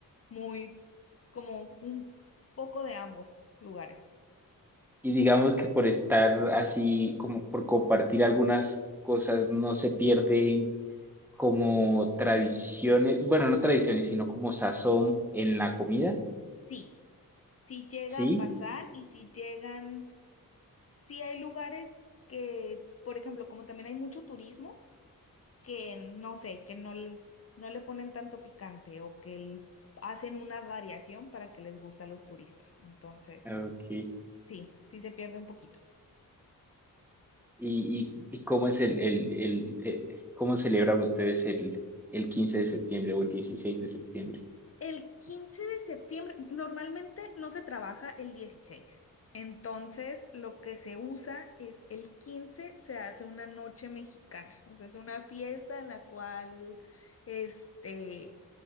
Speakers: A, on the left (about 40°); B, in the centre.
A: muy como un poco de ambos lugares.
B: Y digamos que por estar así, como por compartir algunas cosas, no se pierden como tradiciones, bueno, no tradiciones, sino como sazón en la comida,
A: Sí, sí llega
B: ¿sí?
A: a pasar y sí llegan, sí hay lugares que, por ejemplo, como también hay mucho turismo, que no sé, que no, l- no le ponen tanto picante o que l- hacen una variación para que les guste a los turistas. Entonces,
B: Ok.
A: sí, sí se pierde un poquito.
B: ¿Y, y, y cómo es el, el, el, eh, cómo celebran ustedes el, el 15 de septiembre o el 16 de septiembre?
A: El 15 de septiembre, normalmente no se trabaja el 16, Entonces, lo que se usa es el 15 se hace una noche mexicana. O sea, es una fiesta en la cual, este,